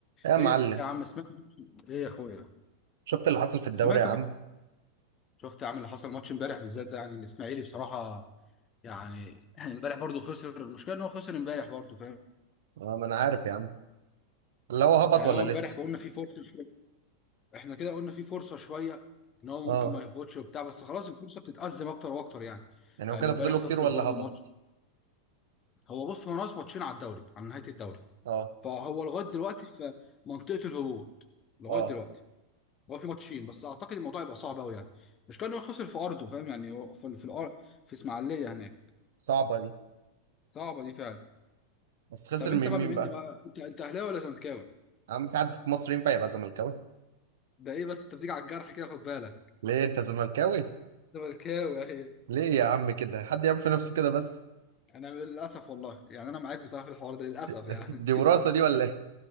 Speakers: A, on the right; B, on the left.
A: يا معلم
B: ايه يا عم سمعت ايه يا اخويا
A: شفت اللي حصل في الدوري
B: سمعت
A: يا عم
B: شفت يا عم اللي حصل ماتش امبارح بالذات ده يعني الاسماعيلي بصراحه يعني <clears throat> امبارح برضو خسر المشكله ان هو خسر امبارح برضو فاهم
A: اه ما انا عارف يا عم اللي هو هبط
B: يعني
A: ولا
B: هو امبارح
A: لسه
B: قلنا في فرصه شويه احنا كده قلنا في فرصه شويه ان هو ممكن
A: اه
B: ما يهبطش وبتاع بس خلاص الفرصه بتتأزم اكتر واكتر يعني
A: يعني هو
B: يعني
A: كده
B: امبارح
A: فاضله
B: خسر
A: كتير ولا
B: برضو
A: هبط
B: الماتش هو بص هو ناقص ماتشين على الدوري على نهايه الدوري
A: اه
B: فهو لغايه دلوقتي في منطقه الهبوط لغايه
A: اه
B: دلوقتي هو في ماتشين بس اعتقد الموضوع يبقى صعب قوي يعني مش كان هو خسر في ارضه فاهم يعني هو في في الارض في اسماعيليه هناك
A: صعبة دي
B: صعبه دي فعلا
A: بس خسر
B: طب انت
A: من
B: بقى
A: مين
B: مني
A: بقى
B: بقى انت انت اهلاوي ولا زملكاوي
A: يا عم في حد في مصر ينفع يبقى زملكاوي
B: ده ايه بس انت بتيجي على الجرح كده خد بالك
A: ليه انت زملكاوي
B: زملكاوي اهي
A: ليه يا عم كده حد يعمل في نفسه كده بس
B: انا للاسف والله يعني انا معاك بصراحه في الحوار ده للاسف
A: <laughs>
B: يعني
A: دي وراثة دي ولا ايه